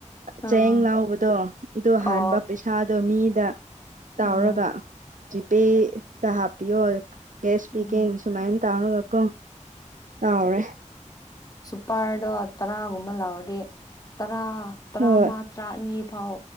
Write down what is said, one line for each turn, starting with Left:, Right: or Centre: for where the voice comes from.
Left: ꯑꯥ
Right: ꯆꯦꯡ ꯂꯥꯎꯕꯗꯣ ꯑꯗꯨ
Left: ꯑꯣ
Right: ꯍꯥꯟꯕ ꯄꯩꯁꯥꯗꯣ ꯃꯤꯗ ꯇꯧꯔꯒ
Left: ꯎꯝ
Right: ꯖꯤꯄꯦꯗ ꯍꯥꯞꯄꯤꯌꯣ ꯀꯦꯁ
Left: ꯎꯝ
Right: ꯄꯤꯒꯦꯅ ꯁꯨꯃꯥꯏꯅ ꯇꯧꯔꯒꯀꯣ ꯇꯥꯎꯔꯦ
Left: ꯁꯨꯄꯥꯔꯗꯣ ꯇꯔꯥꯒꯨꯝꯕ ꯂꯥꯛꯑꯣꯗꯤ ꯇꯔꯥ ꯇꯔꯥꯃ
Right: ꯍꯣꯏ
Left: ꯇꯔꯥ ꯑꯅꯤ ꯐꯥꯎ